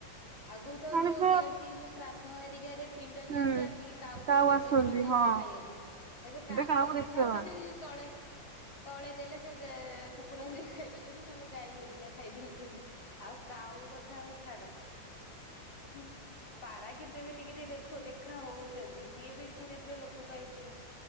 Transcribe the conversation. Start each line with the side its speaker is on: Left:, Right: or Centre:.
Left: ଆଗରୁ ତ
Right: ମଣିଷ
Left: ଯୋଉ ଦିଅନ୍ତି ଯୋଉ ଶ୍ରାଦ୍ଧ ହରିକାରେ ପିଣ୍ଡ
Right: ହୁଁ।
Left: ଦିଅନ୍ତି ଆସିକି କାଉକୁ
Right: କାଉ
Left: ଅପେକ୍ଷା
Right: ଆସନ୍ତି
Left: କରନ୍ତି ଆସିିକି
Right: ହଁ
Left: ଖାଇବାକୁ ଏବେ କାଉତ
Right: କାହାକୁ
Left: ଦେଖା
Right: ଦେଖି
Left: ହଉନାହାନ୍ତି
Right: ହବନି
Left: ତଳେ ତଳେ ଦେଲେ ସେ କୁକୁର ଆସିକି ଖାଇଦଉଛନ୍ତି ନହେଲେ ଗାଈ ହେରିକା ଖାଇ ଦଉଛନ୍ତି ଆଉ କାଉ କଥା ହୋଉ ଛାଡ। ହୁଁ। ପାରା କିନ୍ତୁ ଏବେ ଟିକେ ଟିକେ ଦେଖ ଦେଖା ହଉଛନ୍ତି ସିଏବି ଧୀରେ ଧୀରେ ଲୋପ ପାଇଯିବେ।